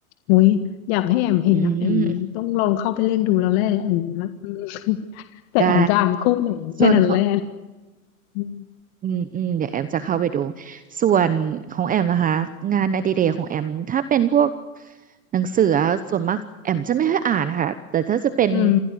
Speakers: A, on the left; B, on the right.
A: อุ้ยอยากให้แอมเห็นนะแอมต้องลองเข้าไปเล่นดูแล้วแหละอันเนี้ยอืม
B: อืม
A: <laughs> แต่แอมจะอ่านคู่ไหนแค่นั้นแหละ
B: ได้ส่วนของ
A: อืม
B: อืมอืมเดี๋ยวแอมจะเข้าไปดูส่วนของแอมนะคะงานอดิเรกของแอมถ้าเป็นพวกหนังสือส่วนมากแอมจะไม่ค่อยอ่านค่ะแต่ถ้าจะเป็น
A: อืม